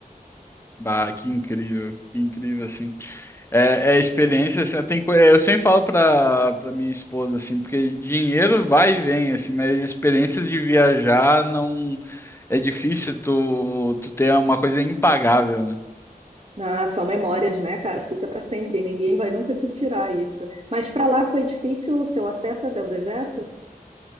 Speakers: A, on the left (about 15°); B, on the right (about 40°).
A: Bah, que incrível, que incrível, assim. É, é experiência, assim, tem, co- eu sempre falo pra, pra minha esposa, assim, porque dinheiro vai e vem, assim, mas experiências de viajar não, é difícil tu, tu ter uma coisa impagável, né?
B: Ah, são memórias, né, cara? Fica pra sempre. Ninguém vai nunca te tirar isso. Mas pra lá foi difícil o seu acesso até o deserto?